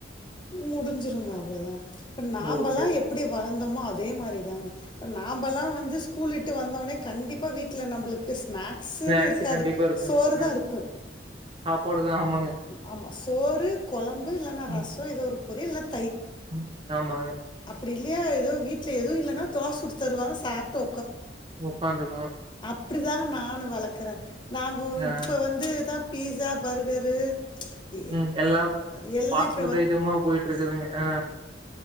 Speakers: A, on the left; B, on the right.
A: முடிஞ்சிருங்க அவ்வளோதான். இப்ப நாமல்லாம்
B: ஓகே
A: எப்படி வளர். வந்தோமோ அதே மாதிரி தாங்க இப்ப நாம்பல்லாம் வந்து ஸ்கூல்ட்டு வந்தோனே கண்டிப்பா வீட்ல நம்புளுக்கு. ஸ்நாக்ஸ்ன்னு
B: ஸ்நாக்ஸ்
A: இருக்காது
B: கண்டிப்பா இருக்குங்க
A: சோறு
B: ஆ
A: தான் இருக்கும்
B: சாப்பாடுதா ஆமாங்க
A: ஆமா. சோறு கொழம்பு. ம்பு இல்லனா
B: ம்
A: ரசம். <unintelligible>
B: ம் ஆமாங்க.
A: அப்படி இல்லையா ஏதோ வீட்ல எதுவும் இல்லைனா தோசுட்டு தருவாங்க சாப்ட்டோ.
B: உக்காந்துக்களா.
A: இப்படிதாங்க நானு வளக்குற. நாம்பு
B: ஆ
A: இப்ப வந்துதான். பீஸா பர்கரு ம்ச்.
B: ம் எல்லா
A: இ எல்லாம்
B: ஃபாஸ்ட்
A: இப்.
B: ஃபுட் ஐட்டமா போயட்டு இருக்குதுங்க ஆ